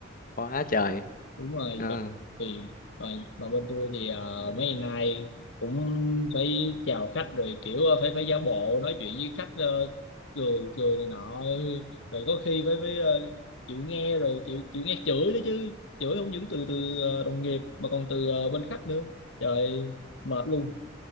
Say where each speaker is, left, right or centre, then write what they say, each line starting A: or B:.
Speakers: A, on the left; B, on the left.
A: quá trời
B: đúng rồi
A: Ờ.
B: chuẩn tiền và và bên tôi thì ờ, mấy ngày nay cũng phải chào khách rồi kiểu à, phải phải giả bộ nói chuyện với khách ờ, cười cười này nọ rồi có khi phải phải ờ, chịu nghe rồi chịu chịu nghe chửi đó chứ chửi không những từ từ ờ, đồng nghiệp mà còn từ ờ, bên khách nữa trời mệt luôn